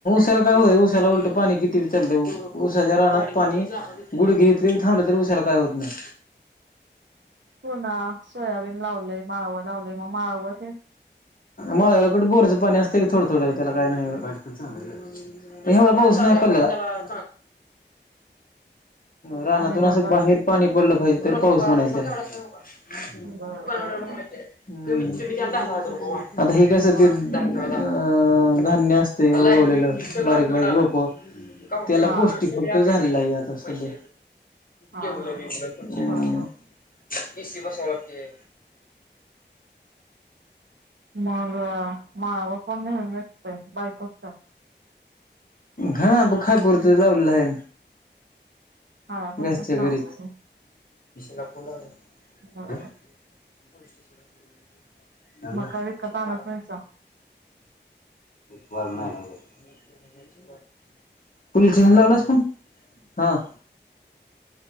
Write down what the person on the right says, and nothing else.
पुना सोयाबीन लावलय. माळवं लावलय मग माळवं ते
आणि
मग बर
बर
बर
मग
हा
हा
हा
बर बर
मग माळावर पण नेणार आहेत की काय बायकच का?
खायापुरतीच
लावलय
बर
मग काय विकत
आणत
नाहीसा
हॅलो